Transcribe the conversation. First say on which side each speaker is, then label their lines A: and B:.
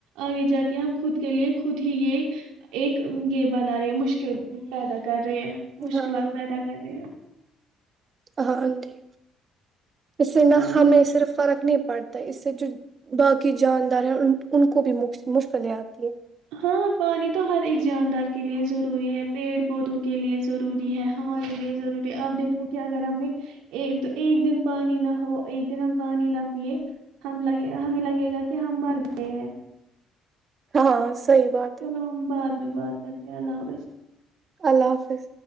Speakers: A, on the right; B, on the right.
A: آگے جا کے ہم خود کے لیے خود ہی یہ ایک یہ بنا رہے مشکل پیدا کر رہ مشکلات
B: ہاں
A: پیدا کر رہے ہیں
B: ہاں جی اس سے نہ
A: ہاں
B: ہمیں صرف فرق نہیں پڑتا ہے اس سے جو باقی جاندار ہیں ان ان کو بھی مشکلیں آتی ہیں
A: ہاں پانی تو ہر ایک جاندار کے لیے ضروری ہے پیڑ پودوں کے لیے ضروری ہے ہمارے لیے ضروری ہے اپ دیکھو کہ اگر ہمیں ایک ایک دن پانی نہ ہو ایک دن ہم پانی نہ پیے ہم لگے ہمیں لگے گا کہ ہم مر گئے ہیں
B: ہاں صحیح بات
A: چلو
B: ہے
A: ہم بعد میں بات کرتے ہیں اللہ حافظ
B: اللہ حافظ